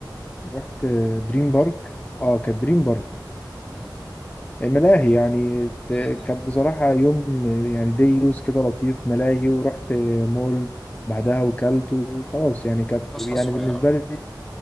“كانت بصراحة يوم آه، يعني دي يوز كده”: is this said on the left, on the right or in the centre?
Left